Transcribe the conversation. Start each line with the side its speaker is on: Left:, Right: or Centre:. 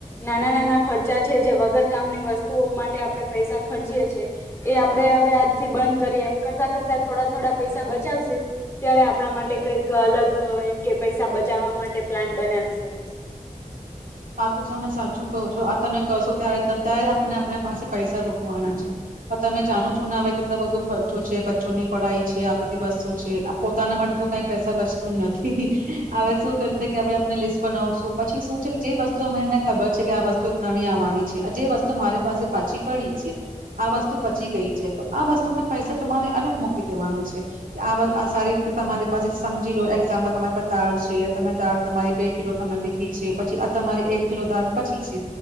Left: નાના નાના ખર ચા છે, જે વગર કામની વસ્તુઓ માટે આપડે પૈસા ખર્ચીએે એ આપડે હવે આજથી બંધ કરીએ એમ કરતા કરતા થોડા થોડા પૈસા બચાવશે ત્યારે આપણા માટે કઈક અલગ એમ કે પૈસા બચાવવા માટે પ્લાન બનાવી શકીશું.
Right: હા, તો તમે સાચું કહો છો આ તમે કશો ત્યારે તતાએ આપને આપને પાસે પૈસા રોકવાના છે પણ તમે જાણો છો ને હવે બધો ખર્ચો છે બચ્ચો ની પઢાઈ છે, આ બધી વસ્તુ છે આ પોતાના માટે તો કઈ પૈસા બચતું નથી. હવે શું કરશે કે અવે આપને લિસ્ટ બનાવશું પછી શું છે? જે વસ્તુ અમેને ખબર છે કે આ વસ્તુ એતલા નીં આવાની. છે અ જે વસ્તુ મારે પાસે પાછી પડી છે આ વસ્તુ બચી ગઈ છે તો આ વસ્તુને પૈસા તમારે અલગ મોકલી દેવાનો છે, આ આ વ સારી રીતે તમારી પાસે સમજી લો એક્ઝામ્પલ તમારી પાસે દાળ છે, તમે દાળ તમારી બે કિલો તમે લીખી છે પછી આ તમારી એક કિલો દાલ પછી છે.